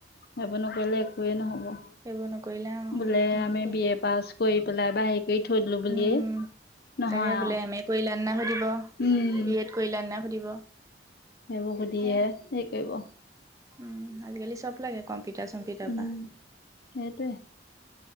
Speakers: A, on the left; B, on the right.
A: সেইবোৰ নকৰিলে একোৱেই নহব।
B: সেইবোৰ নকৰিলে আৰু
A: বোলে
B: নিদিয়ে
A: আমি বি এ পাছ কৰি পেলাই বাাহিৰ কৰি থৈ দিলোঁ বুলিয়ে
B: উম
A: নহয়
B: তাকে বোলে
A: আৰু।
B: এম এ কৰিলা নাই সুধিব
A: উম,
B: বি এড কৰিলা নাই সুধিব।
A: সেইবোৰ সুধিহে
B: সেয়া
A: সেই কৰিব।
B: উম আজিকালি চব লাগে কম্পিউটাৰ চম্পিউটাৰ
A: উম,
B: পৰা।
A: সেইটোৱে